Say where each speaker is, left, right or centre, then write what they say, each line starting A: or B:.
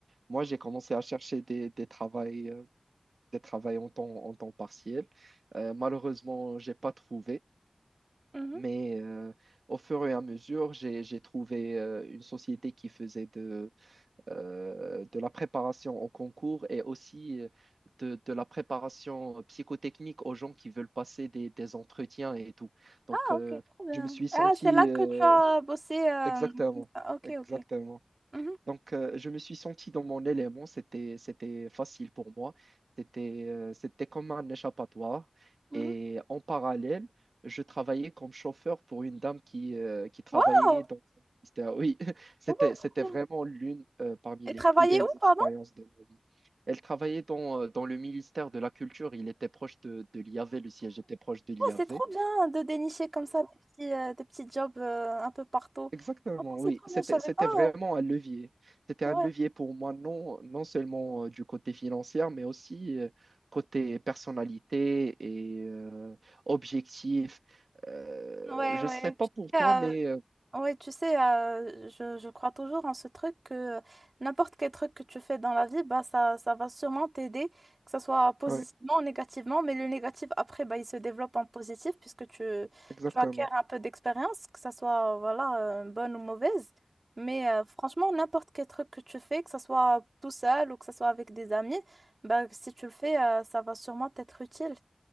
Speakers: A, on the right; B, on the right.
A: Moi, j'ai commencé à chercher des, des travails, euh, des travails en temps, en temps partiel. Euh, malheureusement, je n'ai pas trouvé,
B: Mhm.
A: mais euh, au fur et à mesure, j'ai, j'ai trouvé euh, une société qui faisait de euh, de la préparation au concours et aussi euh, de, de la préparation psychotechnique aux gens qui veulent passer des, des entretiens et tout. Donc,
B: Ah,
A: euh,
B: ok, trop bien.
A: je me suis senti
B: Ah, c'est là que
A: euh,
B: tu as bossé. euh,
A: exactement,
B: comme ça. Ok,
A: exactement.
B: ok. Mhm,
A: Donc, euh, je me suis senti dans mon élément, c'était, c'était facile pour moi, c'était euh, c'était comme un échappatoire.
B: mhm.
A: Et en parallèle, je travaillais comme chauffeur pour une dame qui, euh, qui travaillait
B: Waouh!
A: dans... c'était- Oui, <laughs> c'était,
B: Oh,
A: c'était
B: trop bien.
A: vraiment l'une euh, parmi
B: Et
A: les
B: travailler
A: plus belles
B: où,
A: expériences
B: pardon?
A: de ma vie. Elle travaillait dans, euh, dans le ministère de la Culture, il était proche de, de l'IAV, le siège était proche de l'IAV.
B: Oh, c'est trop bien de dénicher comme ça des petits, euh, des petits jobs euh, un peu partout.
A: Exactement,
B: Franchement, c'est
A: oui.
B: trop
A: C'était,
B: bien, je savais
A: c'était
B: pas.
A: vraiment
B: euh,
A: un levier. C'était
B: Ouais,
A: un levier pour moi, non, non seulement euh, du côté financier, mais aussi euh, côté personnalité et euh, objectif. Euh,
B: ouais,
A: je
B: ouais.
A: ne sais pas
B: Tu
A: pour
B: sais,
A: toi,
B: euh,
A: mais euh,
B: Oui, tu sais, euh, je, je crois toujours en ce truc que n'importe quel truc que tu fais dans la vie, bah, ça, ça va sûrement t'aider, que ce soit positivement
A: ouais,
B: ou négativement, mais le négatif, après, bah, il se développe en positif puisque tu,
A: exactement.
B: tu acquiers un peu d'expérience, que ce soit voilà, euh, bonne ou mauvaise. Mais euh, franchement, n'importe quel truc que tu fais, que ce soit tout seul ou que ce soit avec des amis, bah, si tu le fais, euh, ça va sûrement t'être utile,